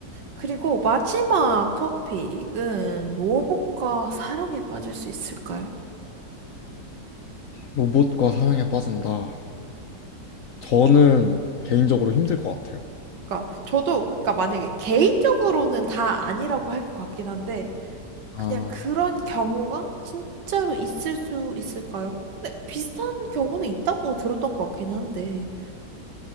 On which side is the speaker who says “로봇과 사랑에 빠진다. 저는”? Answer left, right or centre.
Left